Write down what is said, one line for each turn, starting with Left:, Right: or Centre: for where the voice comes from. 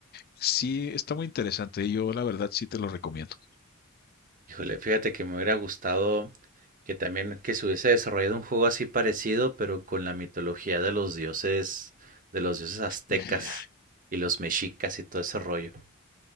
Left: Sí, está muy interesante y yo la verdad sí te lo recomiendo.
Right: Híjole, fíjate que me hubiera gustado que también que se hubiese desarrollado un juego así parecido, pero con la mitología de los dioses, de los dioses aztecas
Left: Eh,
Right: y los mexicas y todo ese rollo.